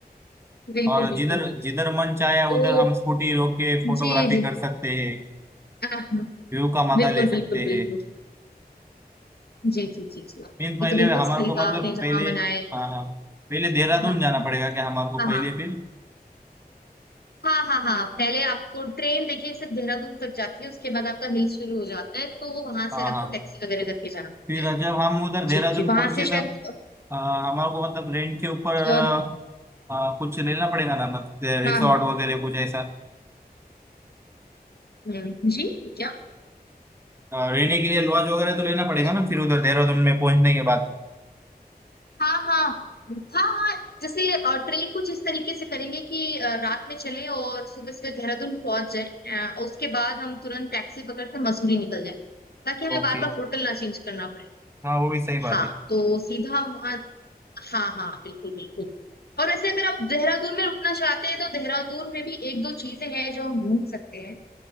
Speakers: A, on the left; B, on the right.
A: बिल्कुल
B: और
A: बिल्कुल
B: जिधर
A: बिल्कुल
B: जिधर मन चाहे
A: तो
B: उधर हम स्कूटी रोक के फोटोग्राफी
A: जी जी
B: कर सकते हैं
A: हाँ, हाँ,
B: व्यू का मज़ा
A: बिल्कुल
B: ले सकते
A: बिल्कुल बिल्कुल
B: हैं
A: जी जी जी जी
B: मीन्स पहले
A: ये तो बिल्कुल
B: हमारे
A: सही
B: को
A: कहा
B: मतलब
A: आपने
B: पहले
A: जहाँ मनाए
B: हाँ हाँ पहले देहरादून
A: हाँ
B: जाना पड़ेगा क्या हमारे को
A: हाँ
B: पहले
A: हाँ
B: फिर
A: हाँ हाँ हाँ पहले आपको ट्रेन देखिए सिर्फ देहरादून तक जाती है उसके बाद आपका हिल शुरू हो जाता है तो वहां से
B: हाँ
A: आपको
B: हाँ
A: टैक्सी वगैरह करके जाना पड़ता
B: फिर
A: है
B: जब हम उधर देहरादून
A: जी जी वहां
B: पहुंचे
A: से शायद
B: तब
A: अ,
B: आ, हमारे को मतलब रेंट के ऊपर आ,
A: अ,
B: आ, कुछ लेना पड़ेगा ना मतलब रिसोर्ट
A: हाँ
B: वगैरह कुछ ऐसा
A: हम्म, जी क्या
B: आ, रहने के लिए लॉज वगैरह तो लेना पड़ेगा
A: हाँ
B: ना फिर उधर देहरादून में पहुंचने के बाद
A: हाँ हाँ हाँ जैसे ट्रेन कुछ इस तरीके से करेंगे कि अ, रात में चले और सुबह सुबह देहरादून पहुंच जाए अ, और उसके बाद हम तुरंत टैक्सी पकड़ के मसूरी निकल जाए ताकि हमें
B: ओके
A: बार बार होटल ना चेंज करना पड़े
B: हाँ वो भी सही बात
A: हाँ
B: है
A: तो सीधा हम वहाँ हाँ हाँ बिल्कुल बिल्कुल और वैसे अगर आप देहरादून में रुकना चाहते हैं तो देहरादून में भी एक दो चीजें हैं जो हम घूम सकते हैं